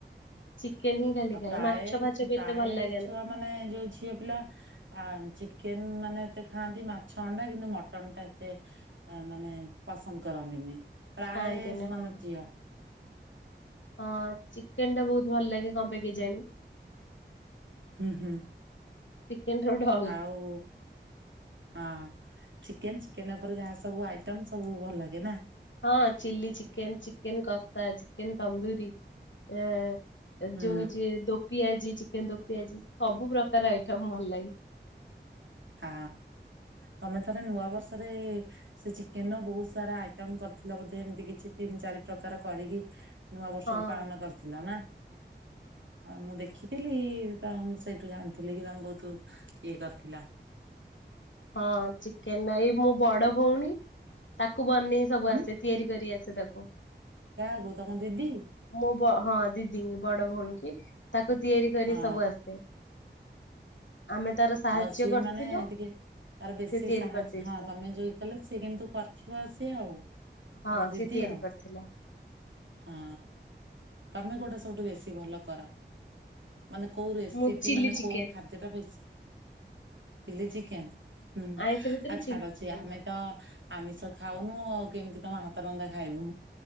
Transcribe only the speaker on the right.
ଆଉ
ପ୍ରାୟ
ପ୍ରାୟ
ଛୁଆ
ମାନେ ଯୋଉ ଝିଅ ପିଲା ଆ ଚିକେନ୍ ମାନେ ଏତେ ଖାଆନ୍ତି ମାଛ ଅଣ୍ଡା କିନ୍ତୁ ମଟନ୍ ଟା ଏତେ ଅ ମାନେ ପସନ୍ଦ କରନ୍ତିନି ପ୍ରାୟେ
ମାନେ
ଝିଅ।
ହୁଁ ହୁଁ।
ଆଉ ହଁ। ଚିକେନ୍ ଚିକେନ ଉପରେ ଯାହା ସବୁ ଆଇ ଆଇଟମ୍ ସବୁ ଭଲ ଲାଗେ ନା?
ହୁଁ
ହଁ। ତମେ ଥରେ ନୂଆ ବର୍ଷରେ ସେ ଚିକେନ୍ ର ବହୁ ସାରା ଆଇଟମ୍ କରିଥିଲ ବୋଧେ ଏମିତି କିଛି ତିନି ଚାରି ପ୍ରକାର କରିକି ନୂଆ ବର୍ଷକୁ
ପାଳନ କରିଥିଲ ନା? ହଁ ମୁଁ ଦେଖି ଖିଥିଲି। ତ ମୁଁ ସେଇଠୁ ଜାଣିଥିଲି କି ତମେ ବହୁତ୍ ଇଏ କରିଥିଲ।
ହୁଁ
କାହାକୁ ତମ ଦିଦି?
ହଁ
ଆଉ ସିଏ
ମାନେ ଟିକେ ତାର ବେଶୀ
ସାହାଯ୍ୟ
ହଁ ତମେ ଯୋଉ ଇଏ କଲ ସିଏ କିନ୍ତୁ କରିଥିବ ଆସ ଆଉ। ତମ
ଦିଦି
ଆଉ।
ହୁଁ ତମେ କୋଉଟା ସବୁଠୁ ବେଶୀ ଭଲ କର? ମାନେ କୋଉ ରେସିପି
ମାନେ
କୋଉ ଖାଦ୍ୟ ଟା ବେଶୀ ଚିଲ୍ଲି ଚିକେନ୍ ହୁଁ
ଆଉ
ଛାଡ
ଅଛି ଆମେ
ତ ଆମିଷ ଖାଉନୁ ଆଉ କେମିତି ତମ ହାତ ରନ୍ଧା ଖାଇବୁ।